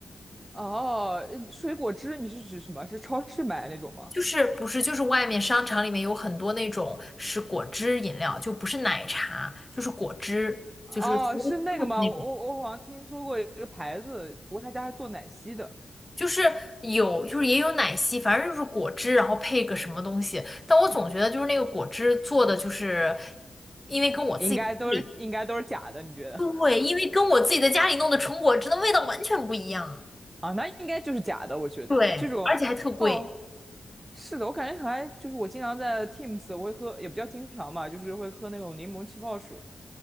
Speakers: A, on the right; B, on the left.
A: 哦，呃水果汁你是指什么？是超市买的那种吗？
B: 就是不是就是外面商场里面有很多那种是果汁饮料，就不是奶茶，就是果汁，
A: 哦，
B: 就是服务
A: 是那个吗？
B: juice 那种，
A: 我我我好像听说过一个牌子，不过他家是做奶昔的，
B: 就是有就是也有奶昔，反正就是果汁，然后配个什么东西。但我总觉得就是那个果汁做的就是，因为跟我自己的家里，
A: 应该都是应该都是假的，你觉得？
B: 对，因为跟我自己在家里弄的纯果汁的味道完全不一样，
A: 啊，那应该就是假的，我觉得这种，
B: 对，而且还特贵。
A: 哦，是的，我感觉还就是我经常在 Teams，我会喝，也不叫经常吧，就是会喝那种柠檬气泡水，